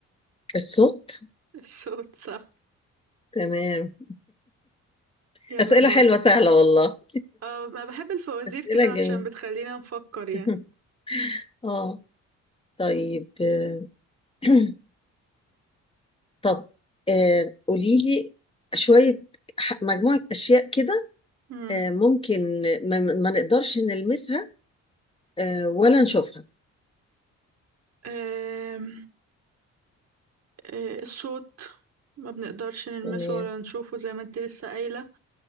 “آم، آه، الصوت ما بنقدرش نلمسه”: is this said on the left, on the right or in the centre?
Right